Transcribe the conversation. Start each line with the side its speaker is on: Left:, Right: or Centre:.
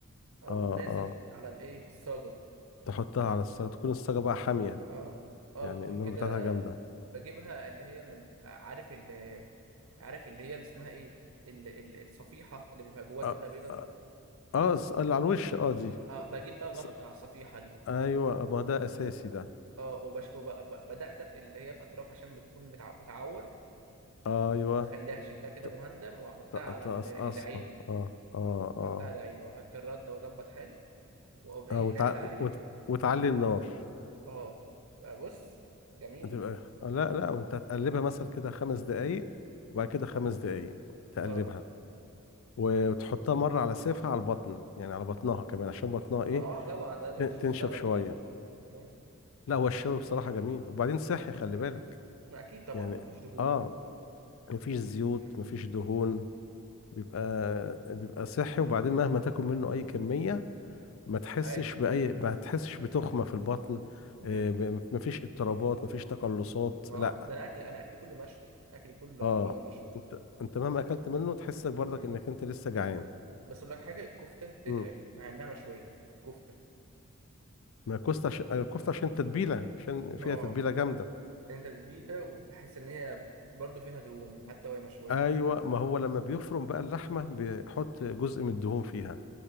Right: او
Left: اه
Right: منازل
Left: اه
Right: على الايه الصاجه
Left: تحطها على الصاج تكون الصاجة بقى حامية
Right: اه اه
Left: يعني
Right: بتكون
Left: النار
Right: كده
Left: بتاعتها جامدة
Right: بجيبها اللي هي من بتبقى عارف ال عارف اللي هي اللي اسمها ايه ال ال الصفيحه اللي بيبقى جواها
Left: اه
Right: جبنه بيضه
Left: اه آه، الص- اللي على الوش اه دي
Right: اه بجيب بقى الغطا
Left: ص-
Right: بتاع الصفيحه دي
Left: ايوه ما ده اساسي ده
Right: اه وبش وبدقدق اللي هي الاطراف عشان بتكون بتع- بتعور
Left: ايوه
Right: وبخليها شكلها كده
Left: ت-
Right: مهندم واحطها
Left: ت-
Right: على
Left: تقصقصها
Right: ال- العين
Left: اه اه
Right: واحطها
Left: اه
Right: على العين واحط الردة واظبط حالي واقوم ايه
Left: اه وتع...
Right: نازل عليها
Left: وت... وتعلي النار
Right: اه بقى بص جميلة
Left: هتبقى آه، لا لا وانت هتقلبها مثلا كده خمس
Right: مم.
Left: دقايق وبعد كده خمس دقايق تقلبها
Right: اه
Left: وتحطها مرة على سيفها على البطن يعني على بطنها كمان عشان بطنها ايه
Right: ما اه طبعا ده لازم
Left: ت-
Right: مش
Left: تنشف
Right: تستوى
Left: شوية
Right: برضه مم.
Left: لا هو الشوي بصراحة جميل وبعدين صحي خلي بالك
Right: ما اكيد طبعا
Left: يعني
Right: ما فيهوش دهون
Left: اه مفيش زيوت
Right: مم.
Left: مفيش دهون بيبقى بيبقى صحي وبعدين مهما تاكل منه اي كمية ما تحسش
Right: عادي
Left: بأي ما تحسش بتخمة في البطن
Right: مم.
Left: آه، ب- مفيش اضطرابات مفيش تقلصات
Right: ما
Left: لا
Right: اه ده انا اكل انا اكل كله مشوي اكل كله
Left: اه
Right: على بعضه مشوي
Left: انت انت مهما اكلت منه تحس برضك
Right: مم.
Left: انك انت لسه جعان
Right: بس اقول لك حاجة الكفتة بتتعب
Left: امم
Right: مع انها مشوية كفتة
Left: ما الكفته عش... الكفته عشان تتبيله عشان فيها
Right: اه
Left: تتبيله جامده
Right: عشان تتبيلة وبحس ان هي برضه فيها دهون حتى وهي مشوية
Left: ايوه ما هو لما بيفرم بقى اللحمه بيحط جزء من الدهون فيها